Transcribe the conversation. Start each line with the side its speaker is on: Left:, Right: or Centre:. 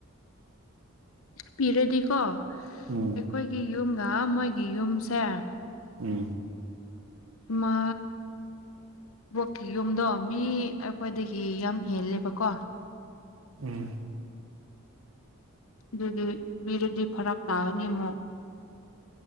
Left: ꯄꯤꯔꯗꯤꯀꯣ ꯑꯩꯈꯣꯏꯒꯤ
Right: ꯎꯝ
Left: ꯌꯨꯝꯒ ꯃꯣꯏꯒꯤ ꯌꯨꯝꯁꯦ
Right: ꯎꯝ
Left: ꯃꯥ ꯕꯣꯛꯀꯤ ꯌꯨꯝꯗꯣ ꯃꯤ ꯑꯩꯈꯣꯏꯗꯒꯤ ꯌꯥꯝ ꯍꯦꯜꯂꯦꯕꯀꯣ
Right: ꯎꯝ
Left: ꯑꯗꯨꯗꯤ ꯄꯤꯔꯗꯤ ꯐꯔꯛ ꯇꯥꯒꯅꯤ ꯑꯃꯨꯛ